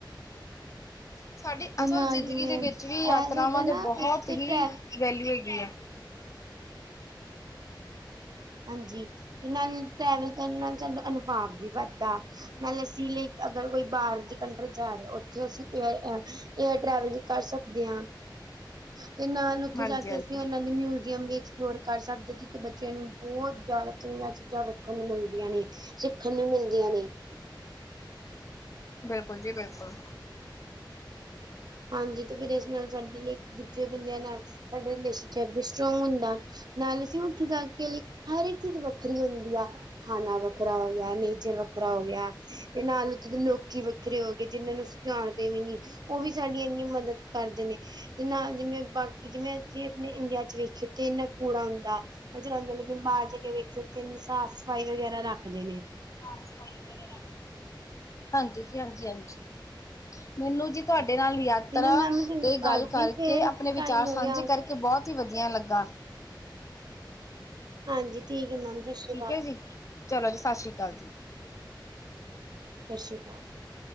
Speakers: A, on the left (about 40°); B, on the right (about 55°).
A: ਸਾਡੀ
B: ਤੇ
A: ਅਸਲ
B: ਨਾਲ
A: ਜ਼ਿੰਦਗੀ
B: ਜਿਵੇਂ
A: ਦੇ ਵਿੱਚ
B: ਇਹ
A: ਵੀ, ਯਾਤਰਾਵਾਂ
B: ਸਾਡਾ
A: ਦੇ
B: ਨਾ
A: ਬਹੁਤ
B: ਇੱਕ ਤੇ
A: ਹੀ
B: ਟਰੈ
A: ਵੈਲਊ ਹੈਗੀ ਆ।
B: ਹਾਂਜੀ, ਤੇ ਨਾਲ ਟਰੈਵਲ ਕਰਨ ਨਾਲ ਸਾਡਾ ਅਨੁਭਾਵ ਵੀ ਵੱਧਦਾ। ਨਾਲੇ ਅਸੀਂ ਲਈ ਅਗਰ ਕੋਈ ਬਾਹਰ ਦੀ ਕੰਟਰੀ ਜਾ ਰਹੇ ਆਂ, ਉੱਥੇ ਅਸੀਂ ਏਅਰ ਅ ਏਅਰ ਟੈਵਲ ਈ ਕਰ ਸਕਦੇ ਆਂ, ਤੇ ਨਾਲ ਉਥੇ
A: ਹਾਂਜੀ
B: ਜਾ ਕੇ
A: ਹਾਂਜੀ।
B: ਅਸੀਂ ਉਹਨਾਂ ਦੀ ਮਿਊ ਵੀ ਐਕਸਪਲੋਰ ਕਰ ਸਕਦਾ ਜਿੱਥੇ ਬੱਚਿਆਂ ਨੂੰ ਬਹੁਤਿਆਦਾ ਚੰੀਆਂ ਚੀਜ਼ਾਂ ਸਿੱਖਣ ਨੂੰ ਮਿਲਦੀਆਂ ਨੇ ਸਿੱਖਣ ਨੂੰ ਮਿਲਦੀਆਂ ਨੇ
A: ਬਿਲਕੁਲ ਜੀ ਬਿਲਕੁਲ
B: ਹਾਂਜੀ ਤੇ ਫੇਿਰ ਇਸ ਨਾਲ ਸਾਡੇ ਲਈ ਦੂਜੇ ਬੰਦਿਆਂ ਨਾਲ ਸਾਡੇਲੇਚੈਪ ਵੀ ਸਟਰੋਂਗ ਹੁੰਦਾ ਨਾਲ ਅਸੀਂ ਉੱਥੇ ਜਾ ਕੇ ਲੇ ਹਰ ਇੱਕ ਚੀਜ਼ ਵੱਖਰੀ ਹੁੰਦੀ ਆ ਖਾਣਾ ਵੱਖਰਾ ਹੋ ਗਿਆ ਨੇਚਰ ਵੱਖਰਾ ਹੋ ਗਿਆ ਤੇ ਨਾਲ ਉਥ ਦੇ ਲੋਕੀ ਵੱਖਰੇ ਹੋ ਗਏ ਜਿਹਨਾਂ ਨੂੰ ਅਸੀਂ ਜਾਣਦੇ ਵੀ ਨੀ ਉਹ ਵੀ ਸਾਡੀ ਇੰਨੀ ਮਦਦ ਕਰਦੇ ਨੇ ਤੇ ਨਾਲ ਜਿਵੇਂ ਬਾਕੀ ਜਿਵੇਂ ਜ ਆਪਣੇ ਇੰਡੀਆ ਚ ਵੇਖੇਥ ਇਨਾ ਪੂਰਾ ਹੁੰਦਾ ਜ਼ਉਦੇ ਲੇਕਿਨ ਬਾਹਰ ਜਾ ਕੇ ਵੇਖੇ ਤਨ ਸਾਫ਼ ਸਫ਼ਾਈ ਵਗੈਰਾ ਰੱਖਦੇ ਨੇ
A: ਸਸਫਾਈ ਵਗ ਹਾਂਜੀ ਜੀ ਹਾਂਜੀ ਹਾਂਜੀ ਮੈਨੂੰ ਜੀ ਤੁਹਾਡੇ ਨਾਲ ਲ ਆ ਯਾਤਰਾ
B: ਤੇ ਨਾ ਮੈਮ ਮੈਂ ਤੁਹਾਨੂੰ
A: ਤੇ
B: ਕਰਦੀ
A: ਗੱਲ ਕਰਕੇ
B: ਫੇਰ
A: ਆਪਣੇ ਵਿਚਾਰ
B: ਟਾਈਮ ਹੋ
A: ਸਾਂਝੇ
B: ਗਿਆ
A: ਕਰਕੇ ਬਹੁਤ ਹੀ ਵਧੀਆ ਲੱਗਾ
B: ਹਾਂਜੀ ਠੀਕ ਹੈ ਮੈਮ ਸਤਿ ਸ਼੍ਰੀ
A: ਠੀਕ
B: ਅਕਾਲ
A: ਹੈ ਜੀ ਚਲੋ ਜੀ ਸਤਿ ਸ਼੍ਰੀ ਅਕਾਲ ਜੀ
B: ਸਤਿ ਸ਼੍ਰੀ ਅਕਾਲ